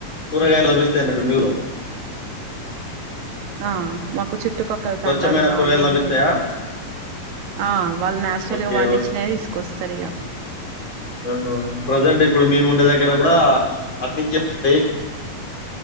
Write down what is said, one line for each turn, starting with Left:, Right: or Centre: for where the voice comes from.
Left: కూరగాయలు లభిస్తాయన్నట్టు మీలో
Right: ఆ మాకు చుట్ చుట్టుపక్కల
Left: స్వచ్ఛమైన
Right: తండాలు బానే
Left: కూరగాయలు లభిస్తాయా?
Right: ఉంటయి. ఆ వాళ్ళు నాచురల్
Left: ఓకే.
Right: గా పండించినయే తీసుకొస్తరు ఇగ.
Left: అహా నువ్ ప్రజెంట్ ఇప్పుడు మీ ముండె దగ్గర గుడా అటు నుంచే వస్తయి